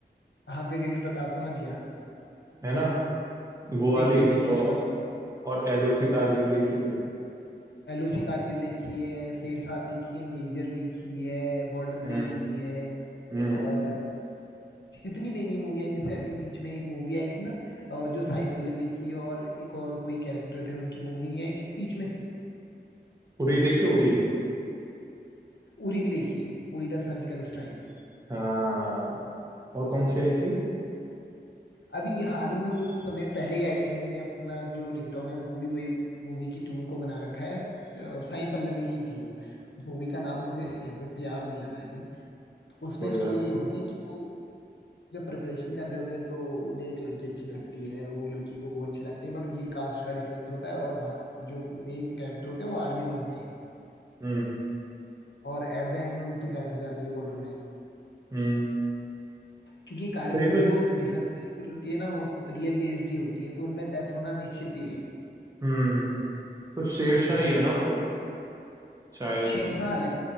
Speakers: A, on the left; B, on the right.
A: हाँ ब्रिगेडियर प्रताप समझ गया
B: है ना वो वाली
A: देखिए देखिए
B: और
A: सॉरी
B: और एलओसी कारगिल देखी है
A: एलओसी कारगिल देखी है शेरशाह देखी है मेजर देखी है बॉर्डर
B: हम्म
A: देखी है
B: हम्म
A: और जितनी नई नई मूवी आई जैसे अभी बीच में एक मूवी आई थी ना अ, जो साई पल्लवी की और एक और कोई कैरेक्टर थे उनकी मूवी नहीं आई थी बीच में
B: उरी देखी उरी
A: उरी भी देखी है उरी द सर्जिकल स्ट्राइक
B: हाँ और कौन सी आई थी
A: अभी हाल ही में कुछ समय पहले ही आई थी मैंने अपना जो रिंगटोन है वो भी वही मूवी की टून को बना रखा है तो साई पल्लवी की थी वो उस मूवी का नाम मुझे एग्जैक्ट याद नहीं आ रहा है अभी उसमें
B: कोई
A: स्टोरी
B: बात
A: ये होती
B: नहीं
A: है कि वो जब प्रिपरेशन कर रहे होते हैं तो उन्हें एक लड़की अच्छी लगती है वो लड़की को वो अच्छी लगते हैं बट उनकी कास्ट का डिफरेंस होता है और भा- जो मेन कैरेक्टर होते हैं वो आर्मी में होते हैं
B: हम्म
A: और एट द एंड उनकी डेथ हो जाती है बॉर्डर में
B: हम्म
A: क्योंकि कार
B: तो ये तो
A: जो डिफेंस की स्टोरी होती है ना वो रियल बेस्ड ही होती है तो उनमें डेथ होना निश्चित ही है
B: हम्म तो शेरशाह
A: हाँ
B: ही है ना वो शायद
A: शेरशाह अलग